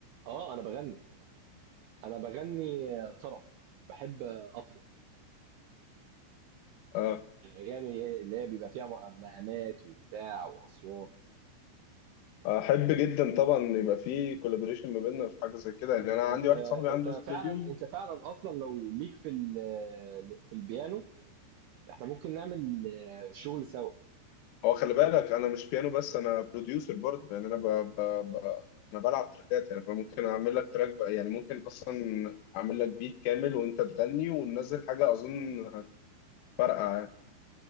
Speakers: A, on the right; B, on the left.
A: آه أنا بغني انا بغني طرب بحب اطرب
B: اه
A: الاغاني اللي هي بيبقى فيها مع- مقامات وبتاع واصوات
B: احب جدا طبعا يبقى في كولابوريشن ما بيننا في حاجه زي كده يعني انا عندي
A: انت
B: واحد صاحبي
A: انت
B: عنده استوديو
A: فعلا انت فعلا اصلا لو ليك في ال- في البيانو احنا ممكن نعمل آه، شغل سوا
B: هو خلي بالك انا مش بيانو بس انا بروديوسر برضه يعني انا ب... ب... ب... انا بلعب تراكات يعني فممكن اعمل لك تراك بقى يعني ممكن اصلا اعمل لك بيت كامل وانت تغني وننزل حاجه اظن هتفرقع يعني.